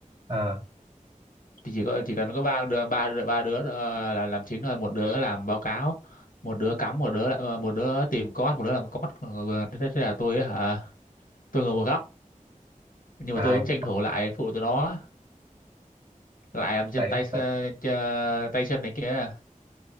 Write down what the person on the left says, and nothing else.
thì chỉ có chỉ cần có ba đứa ba đứa ba đứa ờ, là làm chính thôi một đứa làm báo cáo một đứa cắm một đứa ờ, một đứa tìm code một đứa làm code Còn- thế, thế là tôi ấy hả tôi ngồi một góc nhưng
mà tôi cũng tranh thủ lại phụ tụi nó lại làm chân
tay s-
ch- tay chân này kia